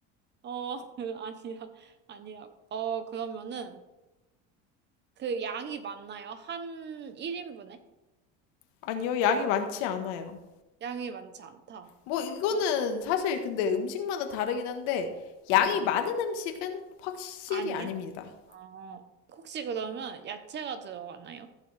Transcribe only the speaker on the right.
어, 그, 아니라, 아니라. 어, 그러면은, 그 양이 많나요? 한 1인분에?
양이 많지 않다.
오.
응.
아니야?
어, 혹시 그러면 야채가 들어가나요?